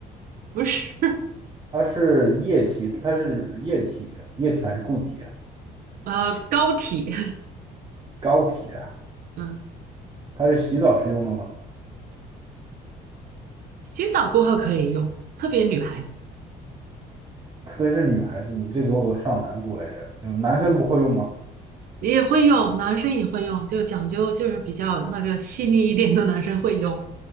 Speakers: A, on the right (about 55°); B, on the right (about 25°).
A: 不是，
B: 它是液体，它是液体，液体还是固体啊？
A: 呃，膏体，
B: 膏体啊？
A: 嗯，
B: 它是洗澡时用的吗？
A: 洗澡过后可以用，特别女孩子
B: <laughs> 特别是女孩子，你这给我上难度了呀！就男生不会用吗？
A: 也会用，男生也会用，就讲究就是比较那个细腻一点的男生会用，